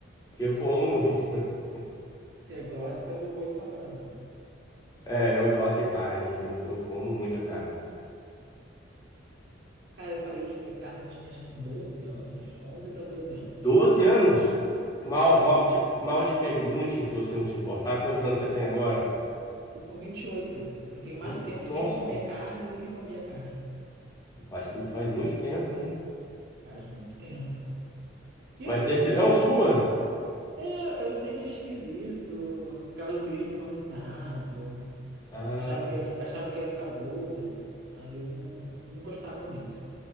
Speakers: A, on the left (about 20°); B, on the right (about 55°).
A: eu como muito. <laughs>
B: você gosta do boi sangrando.
A: É, eu gosto de carne. Eu, eu como muita carne.
B: Cara, eu parei de comer carne, eu tinha acho que 12 anos, 11 para 12 anos.
A: doze anos? Mal,
B: Era
A: mal
B: muito.
A: te, mal te pergunte, se você não se importar, quantos anos você tem agora?
B: Tô com vinte e oito, Eu tenho
A: 20.
B: mais tempo
A: Nossa,
B: sem comer carne do que comia carne.
A: faz, tempo- faz muito tempo, né?
B: Faz muito tempo. E
A: Mas
B: eu não,
A: decisão
B: eu não-
A: sua?
B: é, eu sempre achei esquisito. Ficava meio empanzinado.
A: Ah,
B: Achava que ia, achava que ia ficar gordo. Aí eu não, não gostava muito.